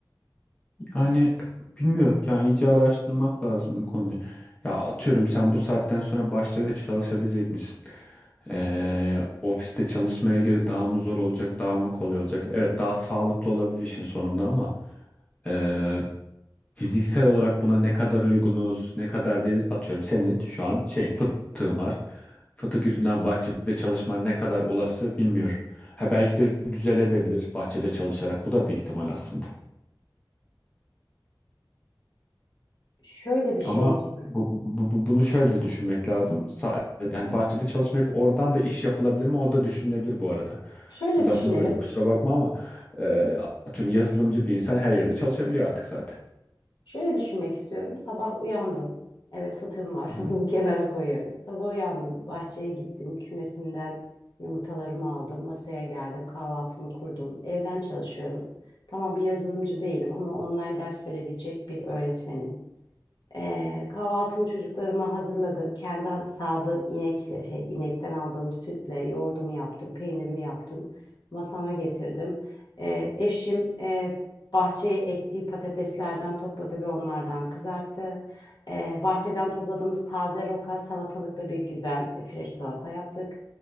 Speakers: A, on the left; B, on the left.
A: Yani bilmiyorum yani iyice araştırmak lazım bu konuyu. Ya atıyorum sen bu saatten sonra bahçede çalışabilecek misin? Ee, ofiste çalışmaya göre daha mı zor olacak, daha mı kolay olacak? Evet daha sağlıklı olabilir işin sonunda ama ee, fiziksel olarak buna ne kadar uygunuz, ne kadar değil atıyorum senin şu an şey fıtığın var. Fıtık yüzünden bahçede çalışman ne kadar olası bilmiyorum. Ha belki de düzeledebilir bahçede çalışarak. Bu da bir ihtimal aslında.
B: Şöyle bir şey,
A: Ama bu, bu- bu- bunu şöyle de düşünmek lazım. Sa- yani bahçede çalışmayıp oradan da iş yapılabilir mi? O da düşünülebilir bu arada.
B: şöyle
A: Lafını
B: düşünelim.
A: böyle kusura bakma ama e, atıyorum yazılımcı bir insan her yerde çalışabiliyor artık zaten.
B: Şöyle düşünmek istiyorum. Sabah uyandım. Evet fıtığım var. <laughs>
A: Hı
B: Bunu kenara koyuyoruz. Sabah uyandım. Bahçeye gittim. Kümesimden yumurtalarımı aldım. Masaya geldim. Kahvaltımı kurdum. Evden çalışıyorum. Tamam bir yazılımcı değilim ama online ders verebilecek bir öğretmenim. Ee, kahvaltımı çocuklarıma hazırladım. Kendi sağdığım inekle, şey, inekten aldığım sütle yoğurdumu yaptım, peynirimi yaptım. Masama getirdim. Ee, eşim e, bahçeye ektiği patateslerden topladı ve onlardan kızarttı. Ee, bahçeden topladığımız taze roka salatalıkla bir güzel e, fresh salata yaptık.